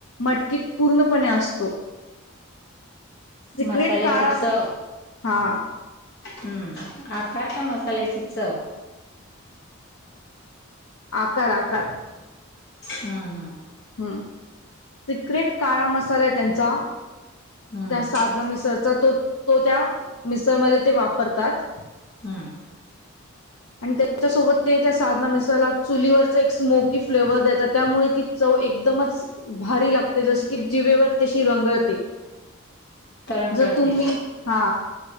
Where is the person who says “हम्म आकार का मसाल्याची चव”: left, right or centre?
Left